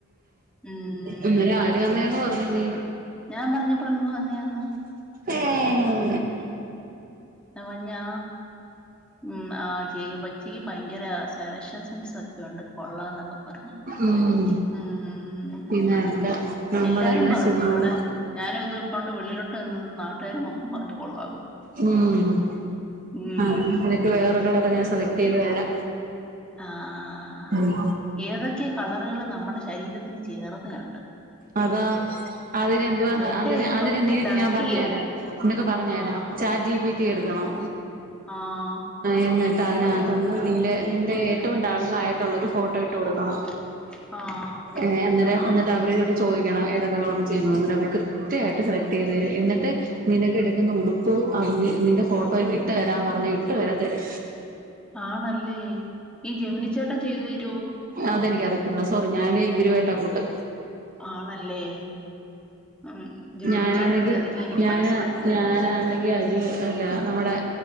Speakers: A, in the centre; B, on the right.
A: ഉം
B: അന്നേരെ ആര് തന്നെന്ന് പറഞ്ഞു നീ
A: ഞാൻ പറഞ്ഞ പ്രിംഗുവന്നെയാന്ന്.
B: ഏഹ്
A: ഉ അവഞ്ഞാ ഉം ആ ചെയ്യോ പൈ ചീ പയങ്കര സെലക്ഷൻ സെൻസൊക്കെണ്ട് കൊള്ളാംന്നക്കെ പറഞ്ഞ്.
B: ഉം
A: ഉം
B: പിന്നെ അല്ല നമ്മളെന്നെ
A: എല്ലാരും പറഞ്ഞു
B: ചുമ്മാ
A: ഇവിടെ ഞാനുത് ഇട്ടുകോണ്ട് വള്ളിലിട്ട് എന്നത് നാട്ടുകാരും മൊത്തം പറഞ്ഞു കൊള്ളാകും.
B: ഉം
A: ഉം
B: ആന്ന് നിനക്ക് വേറെ കളറ് ഞാൻ സെലക്ട്യ്ത് തരാം.
A: ആഹ് ആഹ് ആഹ്
B: ഉം
A: ഏതക്കെ കളറുകള് നമ്മടെ ശരീരത്തിന് ചേർന്നയൊണ്ട്.
B: അതാ അതിനെന്തുവാണ്
A: എന്റെ
B: അതിന്
A: എന്തുവാ
B: അതിന് നീട്ടി
A: ഡസ്കിയോ
B: ഞാ പറഞ്ഞരാ നിക്ക് പറഞ്ഞര.
A: ആഹ്
B: ചാറ്റ് ജി പി ട്ടി എടുക്കണം
A: ആഹ്‌.
B: എന്നിട്ട് അയിനാത്തന്ന് നിന്റെ നിൻ്റെ ഏറ്റവും ഡള്ളായിട്ടുള്ളൊരു ഫോട്ടോ ഇട്ട് കൊടുക്കണം.
A: ആഹ്
B: ഏഹ് എങ്ങനെ എന്നിട്ട് അവരോട് ചോദിക്കണം ഏതൊക്കെ കളർ ചേരനെന്ന് അവര് കൃത്യയിട്ട്
A: ഓ
B: സെലക്ട് ട്ടെയ്ത് ന്നിട്ട് നിനക്ക് എടക്കന്നെ ഉടു പ്പ് അവന്റെ ഫോട്ടോ ഇത് ഇട്ടു തരാൻ പറഞ്ഞ ഇട്ടു വരേ തരു.
A: ആണല്ലേ ഈ ജമിനിച്ചേട്ടൻ ചെയ്തു തരുവോ
B: അതെനിക്കറയിത്തില്ല സോറി ഞാന് ഇവരുവായിട്ടാ കൂട്ട്.
A: ആണല്ലേ ഉം ജെമിനിച്ചേട്ടനെ
B: ഞാനാണെങ്കി
A: ചതിക്കാൻ എനിക്ക്
B: ഞാനാ
A: മനസ്സ് വരുന്നില്ല
B: ഞാനാ വയ്യങ്കി അല്ല
A: ഉം
B: അമ്മടെ